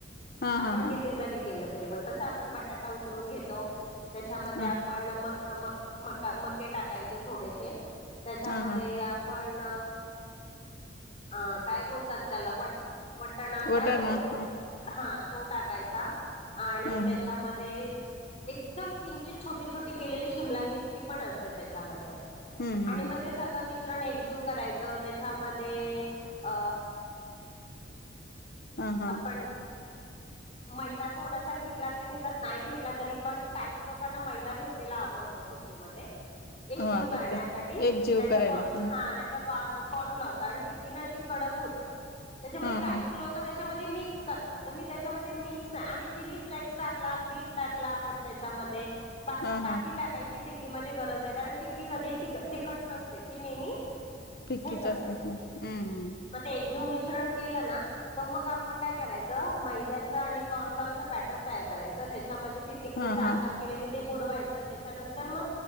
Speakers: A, on the left (about 55°); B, on the left (about 35°).
A: हा
B: आपण
A: हा हा
B: किती जरी केल कस आपण बटाटा उकडून घेतो त्याच्यामध्ये
A: ह
B: आपण का मक म मके टाकायचे थोडेसे त्याच्यामध्ये
A: हा हा
B: आपण अ काय बोलतात त्याला वाट वटाणा
A: वटाणा
B: काय तो
A: ह ह
B: हा तो टाकायचा आणि
A: ह
B: त्याच्यामध्ये एकदम किंचित छोटी छोटी केलेली शिमला मिरची पण असते त्याच्यामध्ये
A: हम्म
B: आणि
A: हम्
B: मग ते सगळं मी मिश्रण एकजीव करायचं त्याच्यामध्ये अ
A: ह हा हा
B: आपण मैदाात थोडासा घेतला तर घेतात नाही घेतला तरी पण काही लोकांना मैदा घेतलेला आवडतो टिक्की मधे एकजीव
A: हा
B: करण्यासाठी
A: करते एक जीव
B: नाहीतर
A: करायला हम्म
B: हा नाहीतर कॉर्नफ्लॉवर कारण टिक्की ना अशी कडक होते. त्याच्यामुळे
A: हा
B: काही
A: हा
B: लोक त्याच्यामध्ये मिक्स करतात तर मी त्याच्यामध्ये मिक्स नाही आणि चिली फ्लेक्स टाकला, मीठ टाकला आपण त्याच्यामध्ये बाकी
A: हा
B: काही
A: हा
B: टाकाय टिक्कीमध्ये गरज आहे कारण टिक्की कधी तिकट नसते ती नेहमी
A: फिक्कीच
B: हेच असते
A: हम्म हम्म
B: म ते एकजीव मिश मिश्रण केलं ना क मग आपण काय करायचं मैद्याचं आणि कॉर्नफ्लॉवरच बॅटर तयार करायच त्याच्यामध्ये ती टिक्कीचा
A: हा
B: आकार
A: हा
B: केलेली ते बुडवायचं त्याच्यानंतर मग